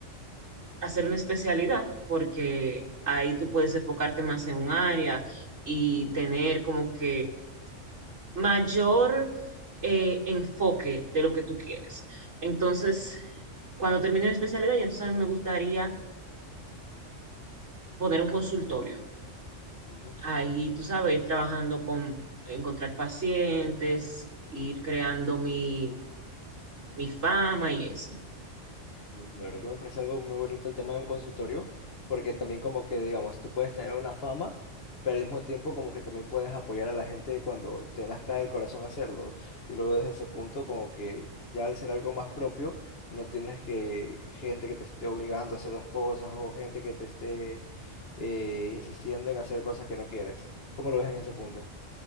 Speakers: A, on the right (about 65°); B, on the left (about 50°).
A: hacer una especialidad porque ahí tú puedes enfocarte más en un área y tener como que mayor eh, enfoque de lo que tú quieres. Entonces, cuando termine mi especialidad, y entonces a mí me gustaría poner un consultorio.
B: Mm,
A: Ahí, tú sabes, ir trabajando con encontrar pacientes, ir creando mi, mi fama y eso.
B: La verdad que me parece algo muy bonito el tema de un consultorio, porque también como que, digamos, tú puedes tener una fama, pero al mismo tiempo como que también puedes apoyar a la gente cuando te nazca del corazón hacerlo. Yo lo veo desde ese punto como que ya al ser algo más propio, no tienes que gente que te esté obligando a hacer las cosas o gente que te esté eh, insistiendo en hacer cosas que no quieres. ¿Cómo lo ves en ese punto?